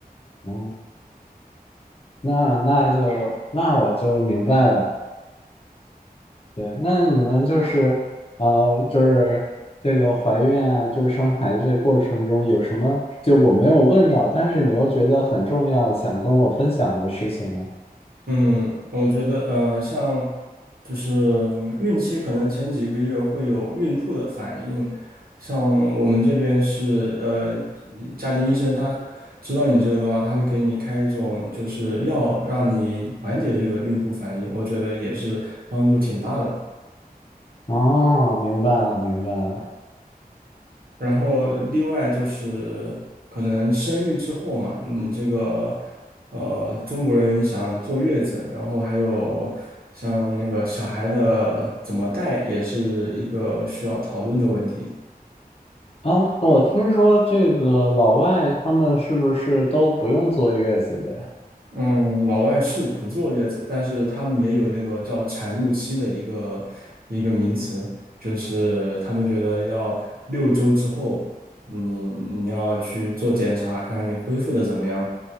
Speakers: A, on the left (about 35°); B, on the right (about 70°).
A: 嗯。那那就那我就明白了。对，那你们就是呃，就是这个怀孕啊，就是生孩子这过程中有什么就我没有问到，但是你又觉得很重要，想跟我分享的事情呢？
B: 嗯，我觉得呃，像就是嗯孕期可能前几个月会有孕吐的反应，像我们这边是呃，家庭医生他知道你这个的话，他会给你开一种就是药，让你缓解这个孕吐反应，我觉得也是帮助挺大的。
A: 哦，明白了，明白了。
B: 然后另外就是可能生育之后嘛，你这个呃中国人想坐月子，然后还有像那个小孩的怎么带，也是一个需要讨论的问题。
A: 哦，那我听说这个老外他们是不是都不用坐月子的呀？
B: 嗯，老外是不坐月子，但是他们也有那个叫产褥期的一个一个名词，就是他们觉得要六周之后，你你要去做检查，看看你恢复的怎么样，